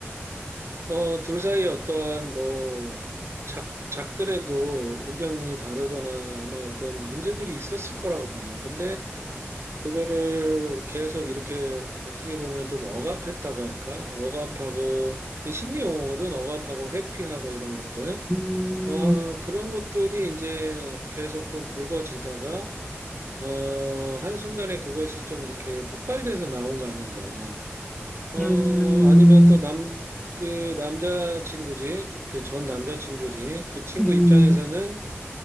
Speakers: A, on the right; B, in the centre.
A: 어, 둘 사이 어떠한 뭐 작, 작들에도 의견이 다르거나 아마 어떤 문제들이 있었을 거라고 봐. 근데 그거를 계속 이렇게 어떻게 보면 좀 억압했다고 할까? 억압하고 이 심리 용어거든. 억압하고 회피하고 이런 것들.
B: 음,
A: 어, 그런 것들이 이제 계속 좀 불거지다가 어, 한순간에 그것이 좀 이렇게 폭발돼서 나온 거 아닌가. 어,
B: 음,
A: 아니면 또 남, 그 남자친구지, 그때 전 남자친구지, 그 친구
B: 음,
A: 입장에서는,